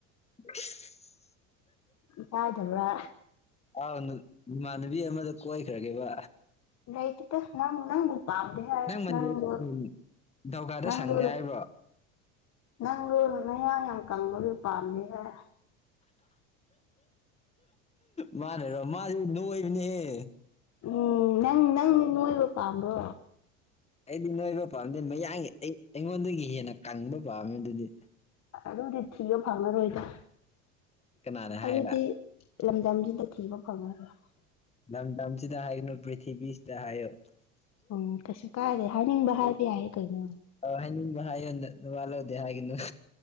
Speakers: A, on the left; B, on the left.
A: <unintelligible>
B: ꯄꯥꯏꯗꯕꯔ
A: ꯑꯥꯎ ꯏꯃꯥꯟꯅꯕꯤ ꯑꯃꯗ ꯀꯣꯏꯈ꯭ꯔꯒꯦꯕ꯫
B: ꯥꯂꯩꯇꯦꯗ ꯅꯪ ꯅꯪ ꯄꯝ ꯍꯥꯏ
A: ꯅꯪ ꯃꯟꯗꯦ
B: ꯅꯪꯗꯣ
A: ꯎꯝ ꯅꯤꯡꯊꯧꯀꯥꯗ
B: ꯅꯪꯗꯣ
A: ꯁꯪꯗꯦ ꯍꯥꯏꯕ꯭ꯔꯣ
B: ꯅꯪꯗꯣ ꯅꯌꯥꯡ ꯌꯥꯝ ꯀꯪꯕꯗꯣꯂ ꯄꯥꯝꯗꯦ ꯍꯥꯏ
A: ꯃꯥꯅꯔꯣ ꯃꯥꯗꯤ ꯅꯣꯏꯕꯅꯤꯍꯦ꯫
B: ꯎꯝ ꯅꯪ ꯅꯪꯗꯤ ꯅꯣꯏꯕ ꯄꯥꯝꯕ꯭ꯔꯣ
A: ꯑꯩꯗꯤ ꯅꯣꯏꯕ ꯄꯥꯝꯗꯦ ꯃꯌꯥꯡꯒꯤ ꯑꯩ ꯑꯩꯉꯣꯟꯗꯒꯤ ꯍꯦꯟꯅ ꯀꯪꯕ ꯄꯥꯝꯃꯦ ꯑꯗꯨꯗꯤ
B: ꯑꯗꯨꯗꯤ ꯊꯤꯕ ꯐꯪꯉꯔꯣꯏꯗ
A: ꯀꯅꯥꯅ
B: ꯑꯗꯨꯗꯤ
A: ꯍꯥꯏꯕ
B: ꯂꯝꯗꯝꯖꯤꯗ ꯊꯤꯕ ꯐꯪꯉꯔꯣꯏ
A: ꯂꯝꯗꯝꯁꯤꯗ ꯍꯥꯏꯒꯅꯨ ꯄ꯭ꯔꯤꯊꯤꯕꯤꯁꯤꯗ ꯍꯥꯏꯌꯨ
B: ꯎꯝ ꯀꯩꯁꯨ ꯀꯥꯏꯗꯦ ꯍꯥꯏꯅꯤꯡꯕ ꯍꯥꯏꯕ ꯌꯥꯏ ꯀꯩꯅꯣ
A: ꯑ ꯍꯥꯏꯅꯤꯡꯕ ꯍꯥꯏꯌꯣ ꯅ ꯅꯋꯥ ꯂꯧꯗꯦ ꯍꯥꯏꯒꯅꯨ